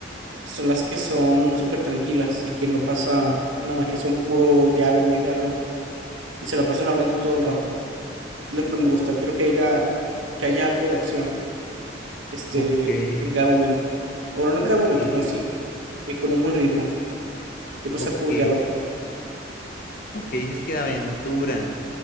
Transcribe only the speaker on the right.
son las que son súper tranquilas y que no pasa nada, que son puro diálogo y diálogo y se la pasan hablando todo el rato. Es lo que no me gusta. Quiero que haya, que haya algo de acción, este,
en cada momento. O bueno, no en
cada momento, pero sí eh, con un buen ritmo, que no
sea puro diálogo.